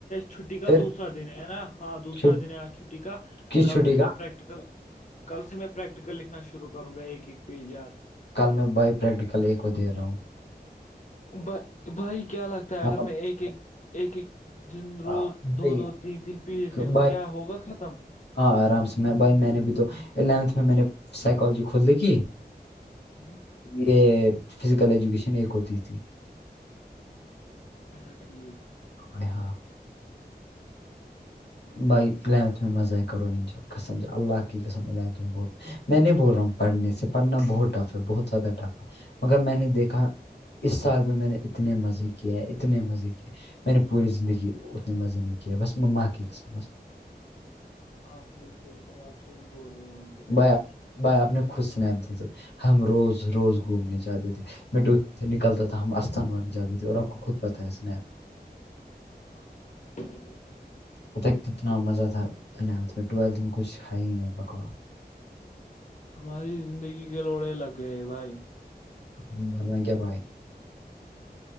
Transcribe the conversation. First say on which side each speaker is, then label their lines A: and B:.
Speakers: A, on the left (about 45°); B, on the left (about 85°).
A: چھٹی کا
B: پھر
A: دوسرا دن ہے ہے نا ہاں دوسا
B: چھٹ-
A: دن چھٹی کا
B: کس
A: کل
B: چھٹی
A: سے
B: کا
A: میں پریکٹیکل کل سے پریکٹیکل لکھنا شروع کروں گا ایک ایک پیج یار
B: کل میں بائی پریکٹیکل ایک کو دے رہا ہوں
A: بھ بھائی کیا لگتا ہے
B: ہاں،
A: اگر میں ایک ایک ایک ایک دن روز
B: آ، بھائی
A: دو دو تین تین پیج لکھو
B: بھائی
A: کیا ہوگا ختم
B: ہاں آرام سے میں بھائی میں نے بھی تو الیونتھ میں میں نے سائیکالوجی کھود لی کی
A: ہاں
B: یہ فزیکل ایجوکیشن ایک ہوتی تھی
A: اچھا ٹھیک
B: ب ہاں بائی الیونتھ میں مز آئیئے کرو ان انجوائے سم سے اللہ کی قسم میں نہیں بول رہا ہوں پڑھنے سے پڑھنا بہت ٹف ہے بہت زیادہ ٹف ہے مگر میں نے دیکھا اس سال پہ میں نے اتنے مزے کیے اتنے مزے کیے میں نے پوری زندگی اتنے مزے نہیں کیا بس میں ماں کی س بس
A: ہاں صحیحیح بھائی آپ صحیح بول رہے ہوں گے
B: بھائی بھائی آپ نے خود سنیپ د ہم روز روز گھومنے جاتے تھے میں ڈ سے نکلتا تھا ہم آستھان و جاتے تھے اور آپ کو خود پتہ ہے اسپ
A: ہاں بھائی صحیح صی ات
B: ا کتنا مزہ تھا اتھ میں ٹویلتھ میں کچھ ہے ہی نہیں بکوا
A: ہماری زندگی کے لوڑے لگ گئے بھائی
B: ہاں مرنا کیا بھائے